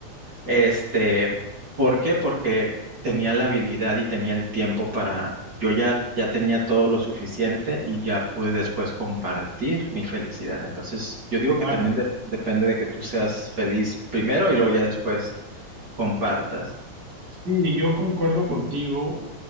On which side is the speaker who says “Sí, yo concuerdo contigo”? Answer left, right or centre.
Right